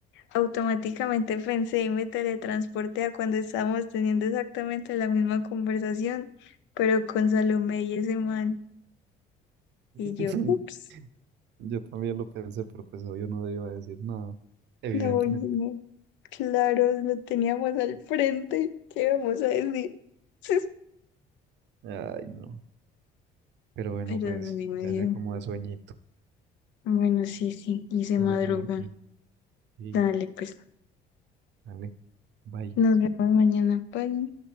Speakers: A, on the left; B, on the right.
A: Automáticamente pensé y me teletransporté a cuando estábamos teniendo exactamente la misma conversación, pero con Salomé y ese man.
B: <laughs>
A: Y yo, ups,
B: Yo también lo pensé, pero pues yo no iba a decir nada, evidentemente.
A: no, oye, no, claro, lo teníamos al frente, ¿qué vamos a decir? <laughs>
B: Ay, no. Pero bueno,
A: Pero
B: pues
A: así me
B: ya
A: dio.
B: sé cómo da sueñito.
A: Bueno, sí, sí, y se
B: Hora
A: madruga.
B: de dormir. Y
A: Dale, pues,
B: dale. Bye.
A: nos vemos mañana. Bye.